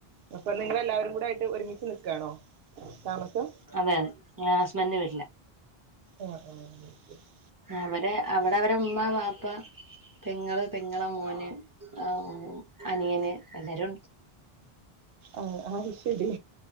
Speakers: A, on the right; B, on the right.
A: അപ്പം നിങ്ങളെല്ലാവരും കൂടെ ആയിട്ട് ഒരുമിച്ച് നിക്കാണോ താമസം?
B: അതെ അതെ ഞാൻ ഹസ്ബന്റെ വീട്ടില.
A: ഓഹ് ഓഹ് <unintelligible>
B: അവരെ അവടവരെ ഉമ്മ, വാപ്പ, പെങ്ങള്, പെങ്ങള മോന് ആഹു അനിയന് എല്ലാരു
A: അഹ് അഹ് ശരി